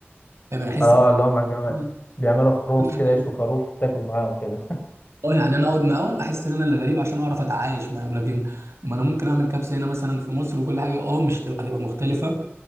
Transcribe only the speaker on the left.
اه
اللي هم جماعة
بيعملوا خروف
كده
يشوا خروف وتاكل معاهم كده